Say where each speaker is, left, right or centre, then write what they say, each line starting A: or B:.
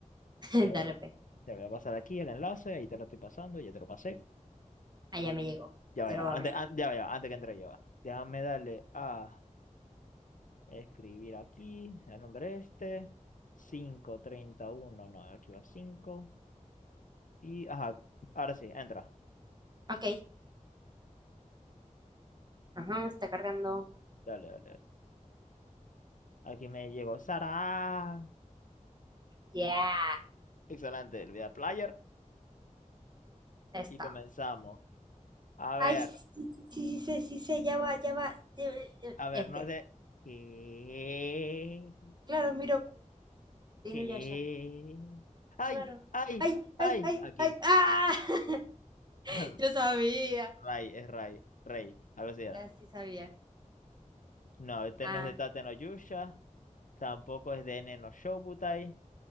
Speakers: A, on the right; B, on the left.
A: <laughs>
B: Te lo,
A: Dale,
B: voy a
A: pe.
B: te lo voy a pasar aquí el enlace, ahí te lo estoy pasando, ya te lo pasé.
A: Allá me llegó.
B: Ya vaya,
A: Ya lo
B: antes,
A: abrí.
B: an- ya vaya, antes que entre yo. va. Déjame darle a escribir aquí el nombre este. cinco treinta y uno, no, aquí va cinco Y, ajá, ahora sí, entra.
A: Ok. Ajá, está cargando.
B: Dale, dale, dale. Aquí me llegó Sara.
A: Ya.
B: Excelente, le voy a dar player
A: Está.
B: y comenzamos. A ver.
A: Ay, sí, sí, sí, sí, sí, sí, sí, ya va, ya va. Eh, eh, eh,
B: A ver,
A: Este.
B: no es de... ¿Qué?
A: Claro, Miroku. Dino
B: ¿Qué?
A: Yasha.
B: ¡Ay!
A: Claro.
B: ¡Ay!
A: Ay,
B: ¡Ay!
A: ay, ay,
B: Aquí.
A: ay. ¡Ah! <laughs>
B: <clears throat>
A: Yo sabía.
B: Ray, es Ray. Rey, algo así era.
A: Ya sí sabía.
B: No, este
A: Ah,
B: no es de Tate no Yusha. Tampoco es de Nen no Shoubutai.